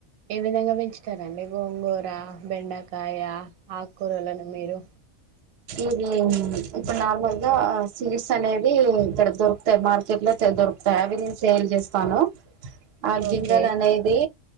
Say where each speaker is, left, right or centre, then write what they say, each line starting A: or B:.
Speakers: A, on the right (about 85°); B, on the right (about 60°).
A: ఏ విధంగా పెంచుతారండి గోంగూర బెండకాయ ఆకురలను మీరు
B: ఇది ఇప్పుడు నార్మల్ గా సీడ్స్ అనేది ఇక్కడ దొరుకుతాయి మార్కెట్ లో దొరుకుతాయి అవి నేను సేల్ చేస్తాను ఆ గింజలు
A: ఓకే
B: అనేది